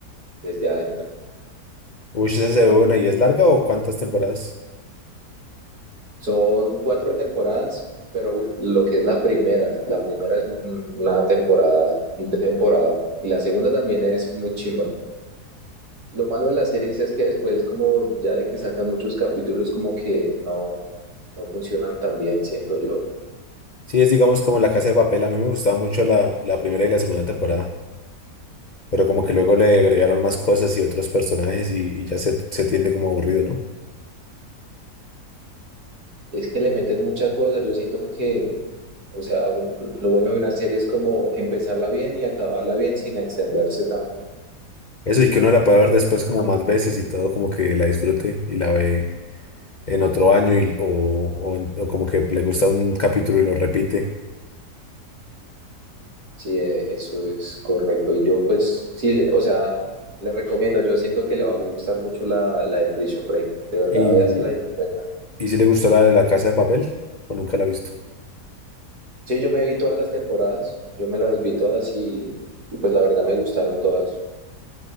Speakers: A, on the right; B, on the left.
A: desde adentro.
B: Uy, esa se ve buena y es larga o cuántas temporadas?
A: Son cuatro temporadas, pero uf, lo que es la primera, la primera es un- una temporada, un temporada. Y la segunda también es muy chimba. Lo malo de las series es que después, como ya de que sacan muchos capítulos, como que no, no funcionan tan bien, siento yo.
B: Sí, es digamos como La Casa de Papel. A mí me gustaba mucho la, la primera y la segunda temporada, pero como que luego le agregaron más cosas y otros personajes y, y ya se, se tiende como aburrido, ¿no?
A: Es que le meten mucha cosa, yo siento que, o sea, un- lo bueno de una serie es como empezarla bien y acabarla bien sin extenderse tanto.
B: Eso y que uno la pueda ver después como más veces y todo, como que la disfrute y la ve en otro año y, o, o en- o como que le gusta un capítulo y lo repite.
A: Sí, eh, eso es correcto. Y yo, pues, sí, o sea, le recomiendo, yo siento que le va a gustar mucho la, la de Prison Break. De verdad,
B: Y,
A: véasela y me cuenta.
B: y si le gustó la de la Casa de Papel o nunca la ha visto.
A: Sí, yo me vi todas las temporadas, yo me las vi todas y, y pues la verdad me gustaron todas.